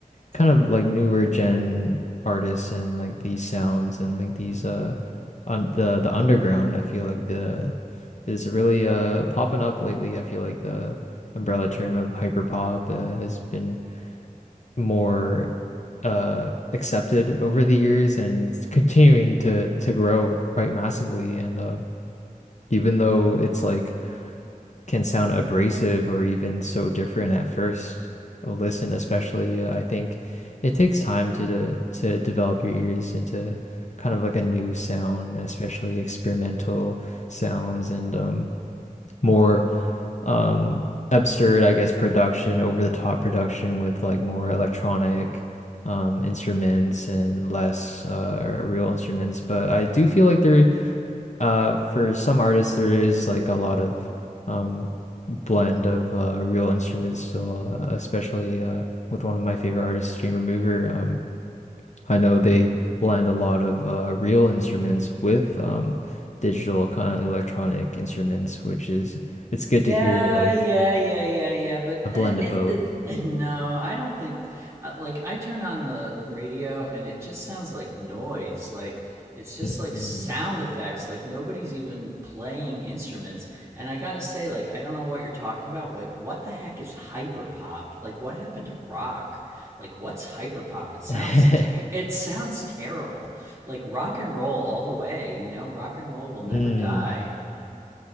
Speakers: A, on the left; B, on the right.
A: kind of like newer gen artists and like these sounds and like these uh on the the underground I feel like the is really uh popping up lately. I feel like the umbrella term of hyperpop uh, has been more uh accepted over the years and it's <laughs> continuing to to grow quite massively and um even though it's like can sound abrasive or even so different at first listen especially uh, i think it takes time to de- to develop your ears into kind of like a new sound especially experimental sounds and um more um absurd i guess production over the top production with like more electronic um instruments and less uh real instruments but i do feel like there uh, for some artists, there is like a lot of um, blend of uh, real instruments still, uh, especially uh, with one of my favorite artists, Jane Remover. Um, I know they blend a lot of uh, real instruments with um, digital kind of electronic instruments, which is it's good
B: Yeah,
A: to hear like
B: yeah, yeah, yeah, yeah. But
A: a
B: uh,
A: blend
B: it's
A: of both.
B: the <laughs> no, I don't think uh, like I turn on the radio and it just sounds like noise. Like it's just
A: Mm.
B: like sound effects. Like nobody's even playing instruments. And I gotta say, like I don't know what you're talking about. Like what the heck is hyperpop? Like what happened to rock? Like what's hyperpop? It sounds
A: <laughs>
B: te it sounds terrible. Like rock and roll all the way. You know, rock and roll will never
A: Mm.
B: die.